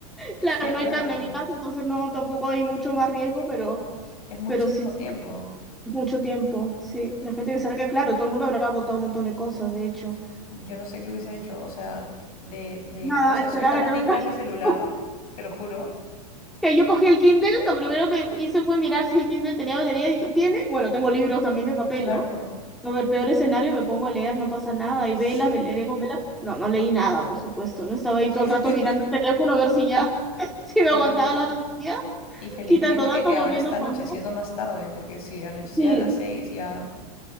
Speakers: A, in the centre; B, on the left (about 70°).
A: Claro,
B: Sí,
A: no
B: claro.
A: hay carne en mi casa, entonces no, tampoco hay mucho más riesgo, pero,
B: Es muchísimo
A: pero sí, sí,
B: tiempo.
A: mucho tiempo. Sí, la gente que saque, claro, todo el mundo habrá botado un montón de cosas, de hecho.
B: Yo no sé qué hubiese hecho, o sea, de, de,
A: Nada,
B: no sé,
A: esperar
B: soy tan
A: a
B: adicta
A: que venga.
B: a mi celular,
A: <laughs>
B: te lo juro.
A: Que yo cogí el Kindle, lo primero que hice fue mirar si el Kindle tenía batería, y dije, ¿tiene? Bueno, tengo libros también de papel,
B: Claro,
A: ¿no? A ver, peor escenario, me pongo a leer, no pasa nada. Y
B: sí.
A: velas, ve- leeré con velas. No, no leí nada, por supuesto. No estaba ahí
B: <laughs>
A: todo el rato mirando el teléfono a ver si ya, <laughs> si me
B: Bueno,
A: aguantaba
B: y,
A: la batería,
B: y felizmente
A: quitando datos,
B: que
A: volviendo
B: ahora está
A: a
B: anocheciendo
A: poner.
B: más tarde, porque si anochecía
A: Sí.
B: a las seis ya